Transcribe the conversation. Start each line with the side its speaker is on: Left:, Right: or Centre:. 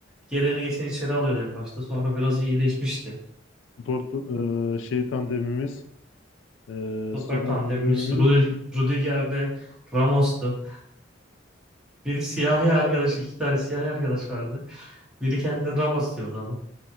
Centre: Geleni geçen içeri alıyordu en başta. Sonra biraz iyileşmişti.
Left: Spor, e, şey tandemimiz, e,
Centre: Stoper
Left: stoper
Centre: tandemimiz
Left: tandemimiz.
Centre: Rudi- Rudiger'le Ramos'tu. Biri siyahi arkadaş, iki tane siyahi arkadaş vardı. Biri kendini Ramos diyordu ama.